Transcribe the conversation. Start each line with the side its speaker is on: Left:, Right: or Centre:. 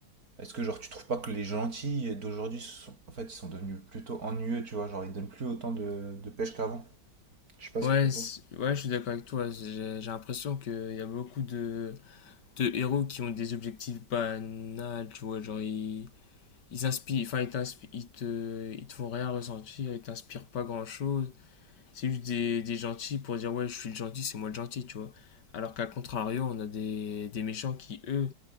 Right: Est-ce que genre tu trouves pas que les gentils d'aujourd'hui sont... en fait ils sont devenus plutôt ennuyeux, tu vois, genre ils donnent plus autant de, de pêche qu'avant. Je sais pas
Left: Ouais,
Right: ce que t'en penses.
Left: c'est- ouais, je suis d'accord avec toi. J'ai j'ai l'impression qu'il y a beaucoup de, de héros qui ont des objectifs banals, tu vois, genre, ils ils inspirent, enfin, ils, t'inspirent- ils te, ils te font rien ressentir, ils t'inspirent pas grand chose. C'est juste des, des gentils pour dire ouais, je suis le gentil, c'est moi le gentil, tu vois. Alors qu'à contrario, on a des, des méchants qui, eux,